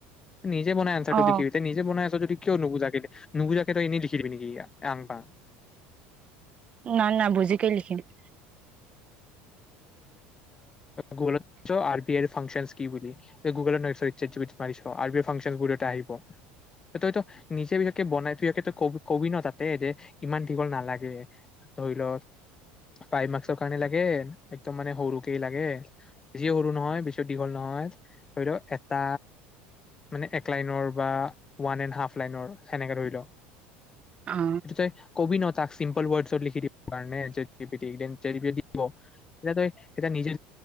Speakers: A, on the left; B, on the right.
A: নিজে বনাই আনছাৰটো
B: অ
A: দেখিবিতি নিজে বনাই আছ যদি। কিয় নুবুজাকে, নুবুজাকে তই এনেই লিখি দিবি নেকি আং বাং।
B: না না বুজিকেই লিখি দিম।
A: গুগুলত তই চাৰ্জ কৰিছ ফাংচনচ কি বুলি গুগলত মিছ বিইৰন এ আহ তই নিজে বনাই ত কবি ন তাতে এ যে ইমান দীঘল নালাগে বুলি। এ একদম মানে সৰুকি লাগে, বেছি সৰু নহয় পিছত দীঘল নহয়। ধৰি ল এটা মানে এক লাইনৰ বা ওৱান এ হাফ লাইনৰ সেনেকে ধৰি লও,
B: অ
A: তই কবি ন তাক চিম্পল ৱৰ্ডছত লিখি দিব কাৰণে ছেট জিপিতিত এতিয়া তই নিজে